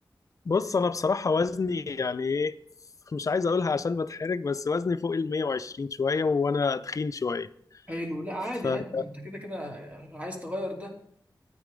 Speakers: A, on the left; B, on the right.
A: بص انا بصراحة وزني يعني ايه مش عايز اقولها عشان بتحرج بس وزني فوق ال 120 شوية وانا تخين شوية
B: حلو لا عادي
A: فانت
B: عادي ما انت كده كده عايز تغير ده